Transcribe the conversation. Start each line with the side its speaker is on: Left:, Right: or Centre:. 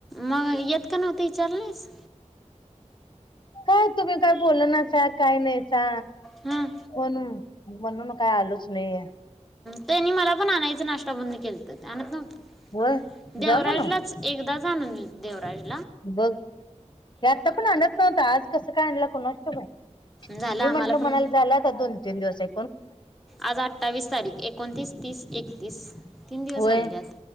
Centre: मग येत का नव्हत विचारल नाहीस.
Left: काय तुम्ही काय बोल ना नाहीसा काय नाही सा
Centre: हां
Left: म्हणून म्हणून काय आलोच नाही.
Centre: त्यांनी मला पण आणायचं नाष्ट आता बंद केलंत आणत नव्हत
Left: होय
Centre: देवराजलाच
Left: जा म्हण
Centre: एकदाच आणून दिल. देवराज
Left: बघ! हे आता पण आणत नव्हत. आज कसं काय आणलं कोणास
Centre: झालं
Left: मी
Centre: आम्हाला
Left: म्हटलं
Centre: पण
Left: म्हणायला झालं आसल दोन तीन दिवस ये.
Centre: आज अठ्ठावीस तारीख एकोणतीस, तीस, एकतीस तीन दिवस
Left: होय
Centre: राहिलेत.